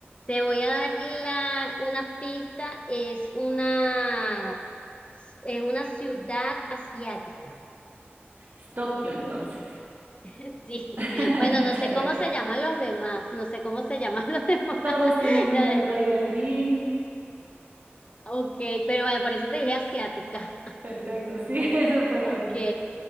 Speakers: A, on the left; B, on the right.
A: te voy a dar la, una pista. Es una, es una ciudad asiática.
B: Es Tokio, entonces.
A: <laughs> Sí.
B: <laughs>
A: Bueno, no
B: Chévere.
A: sé cómo se llaman los demás. No sé cómo se llaman los demás.
B: Todos
A: <laughs>
B: tienen un
A: La
B: nombre
A: de-
B: por ahí, Berlín.
A: Ok, pero bueno, por eso te dije asiática.
B: Perfecto, sí, <laughs> Eso fue buena.
A: <laughs> Ok.